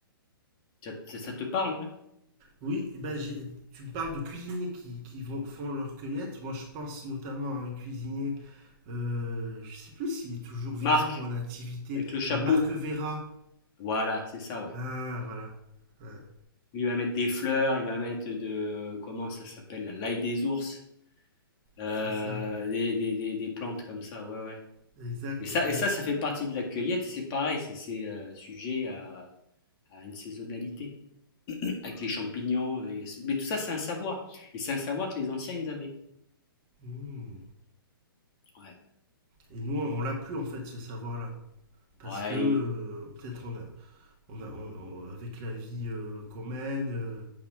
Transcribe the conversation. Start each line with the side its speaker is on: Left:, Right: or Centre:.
Left: Ça, ça- ça te parle? hein
Right: Oui, bah, j'ai- tu me parles de cuisiniers qui, qui vont, font leur cueillette. Moi, je pense notamment à un cuisinier, euh, je sais plus s'il est toujours vivant
Left: Marc,
Right: ou en activité,
Left: avec le chapeau.
Right: euh, Marc Vera
Left: Voilà, c'est ça, ouais.
Right: Ah, voilà. Ouais,
Left: Lui, il va mettre des fleurs, il va mettre de comment ça s'appelle, la l'ail des ours. euh,
Right: c'est ça.
Left: des, des, des- des plantes comme ça, ouais, ouais.
Right: Exact,
Left: Et ça,
Right: exact.
Left: et ça, ça fait partie de la cueillette, c'est pareil, c'est c'est, euh, sujet à, à une saisonnalité, avec les champignons, avec- mais tout ça, c'est un savoir, et c'est un savoir que les anciens, ils avaient.
Right: Hmm.
Left: Ouais.
Right: Et nous, on l'a plus en fait ce savoir-là. Parce
Left: Braille,
Right: que euh, peut-être on a, on a, on- on- avec la vie euh, qu'on mène, euh,